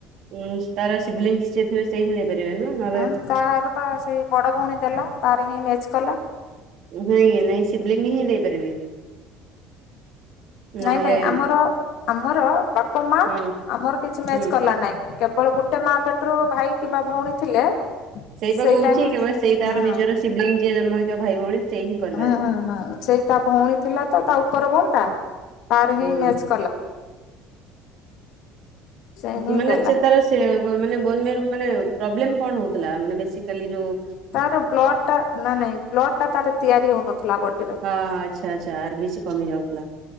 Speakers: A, on the right; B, on the left.
A: ଉଁ, ତାର ସିବିଲିଙ୍ଗ ଯିଏ ଥିବେ ସେ ହିଁ ଦେଇପାରିବେ ନା। ନହେଲେ
B: ହ ତାର ବା ସେଇ ବଡ ଭଉଣୀ ଦେଲା ତାର ହିଁ ମ୍ୟାଚ କଲା।
A: ନାଇଁ, ନାଇଁ ଶିବଲିଙ୍ଗ ହିଁ ଦେଇପାରିବେ। ନହେଲେ
B: ନାଇଁ ନାଇଁ, ଆମର ଆମର ବାପ, ମା
A: ହୁଁ
B: ଆମର କିଛି ମ୍ୟାଚ
A: ହୁଁ।
B: କଲା ନାଇଁ। କେବଳ ଗୋଟେ ମା ପେଟରୁ ଭାଇ କିମ୍ବା ଭଉଣୀ ଥିଲେ।
A: ସେଇପା
B: ସେଇଟା
A: କହୁଚି
B: ହିଁ
A: କି ସେଇ ତାର
B: ହଁ
A: ନିଜର ଶିବିଲିଙ୍ଗ ଯିଏ ଜନ୍ମ ହେଇଥିବ ଭାଇ, ଭଉଣୀ। ସେଇ ହିଁ କରିପାରିବ।
B: ହୁଁ ହୁଁ ହୁଁ, ସେଇ ତା ଭଉଣୀ ଥିଲା ତ ତା ଉପର ଭଉଣୀଟା ତାର
A: ହୁଁ।
B: ହିଁ ମ୍ୟାଚ କଲା। ସେ ହିଁ
A: ମାନେ
B: ଦେଲା
A: ସେ ତାର। ମାନେ ବୋନମେରୁ ପ୍ରବ୍ଲେମ୍ କଣ ହଉଥିଲା ମାନେ ବେଶିକାଲୀ ଯୋଉ।
B: ତାର ବ୍ଲଡ ଟା ନାଇଁ ନାଇଁ ବ୍ଲଡ଼ ଟା ତାର ତିଆରି ହଉନଥିଲା ଗୋଟେ।
A: ହଁ ହଁ, ଆଚ୍ଛା ଆଚ୍ଛା ଆରବିସି କମି ଯାଉଥିଲା।